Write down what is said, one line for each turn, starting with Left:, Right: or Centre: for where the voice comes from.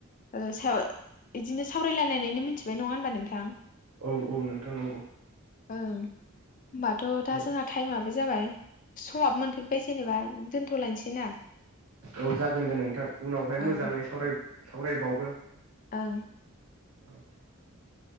Left: ओ सायाव इदिनो सावरायलायनानैनो मिथिबाय नङा होनबा नोंथां।
Right: औ औ नोंथां नंगौ
Left: ओं होमबाथ' दा
Right: औ
Left: जोंहा टाइमाबो जाबाय। समाबो मोनफैबाय जेनेबा दोनथ'लायनोसै ना?
Right: औ जागोन दे नोंथां उनावहाय मोजाङै
Left: ओं
Right: सावराय सावरायबावगोन।
Left: ओं।
Right: औ। <inaudible>